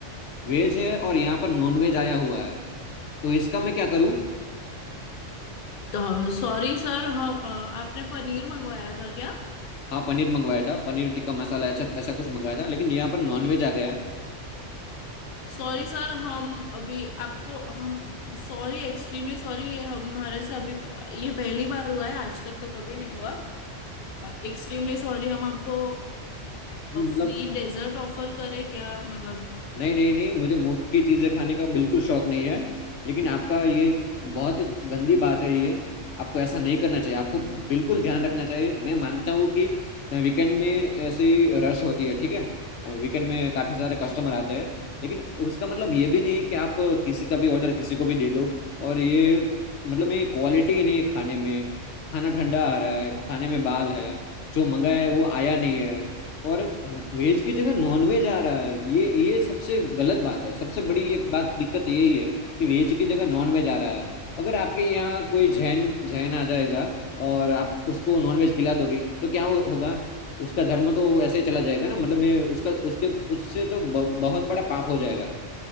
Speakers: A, on the left; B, on the left.
A: वेज है और यहाँ पर नॉन वेज आया हुआ है तो इसका मैं क्या करूँ
B: तो सॉरी सर हम अ, आपने पनीर मंगवाया था क्या
A: हाँ पनीर मंगवाया था पनीर टिक्का मसाला ऐसा ऐसा कुछ मंगाया था लेकिन यहाँ पर नॉन वेज आ गया है
B: सॉरी सर हम अभी आपको हम सॉरी एक्सट्रीमली सॉरी ये हमारे से अभी ये पहली बार हुआ है आज तक तो कभी नहीं हुआ Extremely sorry हम आपको
A: मतलब
B: फ्री डेजर्ट ऑफर करें क्या मतलब
A: नहीं नहीं नहीं मुझे मुफ्त की चीजें खाने का बिल्कुल शौक नहीं है लेकिन आपका ये बहुत गंदी बात है ये आपको ऐसा नहीं करना चाहिए आपको बिल्कुल ध्यान रखना चाहिए मैं मानता हूँ कि वीकेंड में ऐसे ही रश होती है ठीक है वीकेंड में काफी सारे कस्टमर आते हैं लेकिन उसका मतलब ये भी नहीं कि आप किसी का भी ऑर्डर किसी को भी दे दो और ये मतलब में क्वालिटी ही नहीं है खाने में खाना ठंडा आ रहा है खाने में बाल है जो मंगाया है वो आया नहीं है और वेज की जगह नॉन वेज आ रहा है ये ये सबसे गलत बात है सबसे बड़ी ये बात दिक्कत यही है कि वेज की जगह नॉन वेज आ रहा है अगर आपके यहाँ कोई जैन जैन आ जाएगा और आप उसको नॉन वेज खिला दोगे तो क्या हो, होगा उसका धर्म तो ऐसे ही चला जाएगा ना मतलब मैं उसका उसके उससे तो ब, बहुत बड़ा पाप हो जाएगा